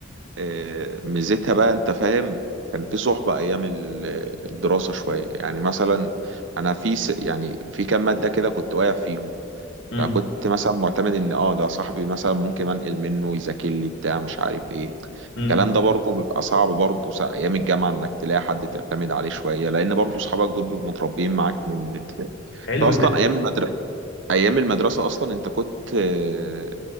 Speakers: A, on the right (about 75°); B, on the left (about 70°).
A: آه، ميزتها بقى انت فاهم كان في صحبة ايام ال- الدراسة شوية يعني مثلا انا في س... يعني في كام مادة كده كنت واقع فيهم
B: امم
A: فكنت مثلا معتمد ان اه ده صاحبي مثلا ممكن انقل منه يذاكر لي بتاع مش عارف ايه
B: امم
A: الكلام ده برضه بيبقى صعب برضه سا- ايام الجامعه انك تلاقي حد تعتمد عليه شويه لان برضه اصحابك دول بيبقوا متربيين معاك من الابتدائي
B: حلو
A: انت اصلا
B: انت
A: ايام المدرسه ايام المدرسه اصلا انت كنت آه،